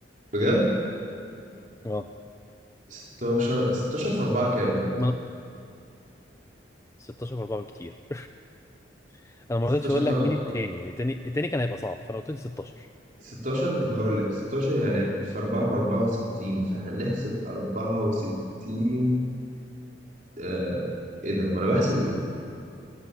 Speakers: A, on the right; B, on the left.
A: بجد
B: اه
A: 16 16 في 4 كام طيب
B: ما 16 4 بكتير <laughs> انا ما
A: 16
B: رضيتش اقول
A: في
B: لك
A: 4
B: مين التاني يعني التاني التاني كان هيبقى صعب فانا قلت لك 16
A: 16 هقول لك 16 يعني في 4 ب 64 فاحنا نحسب 64 آه ايه ده هو انا بحسب ايه